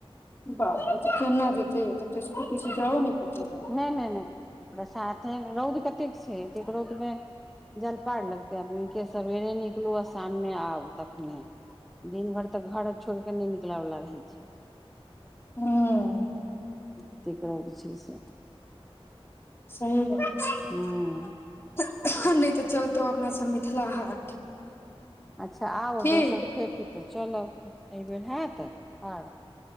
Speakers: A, on the left; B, in the centre.
A: बाप तऽ केना जेतै तब तऽ स्कूटी से जाओ नहि पेतै लोग
B: नहि नहि नहि प्रसादे रौद कतेक छै एतेक रौदमे जयलपार लगते आदमी के सवेरे निकलु आ शाममे आउ तखने दिन भरि तऽ घर छोड़ि के नहि निकल ठेला वला रहै
A: हूँ
B: छै हू तकर बाद जे छै से
A: सही <unintelligible>
B: ह
A: नहि तऽ चलतौ अपना सबमे मिथिला हाट
B: अच्छा आउ
A: की
B: दोसर खेपी तऽ चलब एहिबेर हायत पार